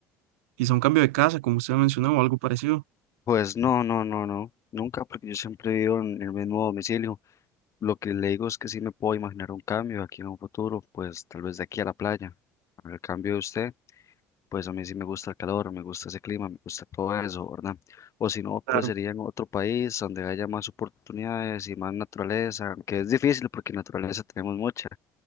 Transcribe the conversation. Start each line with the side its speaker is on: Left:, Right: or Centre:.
Right: Quizá un cambio de casa, como usted mencionó, o algo parecido.
Left: Pues no, no, no, no, nunca, porque yo siempre vivo en el mismo domicilio. Lo que le digo es que sí me puedo imaginar un cambio aquí en un futuro, pues tal vez de aquí a la playa. En el cambio de usted, pues a mí sí me gusta el calor, me gusta ese clima, me gusta todo eso, ¿verdad? O si no,
Right: Claro.
Left: pues sería en otro país donde haya más oportunidades y más naturaleza, que es difícil porque naturaleza tenemos mucha,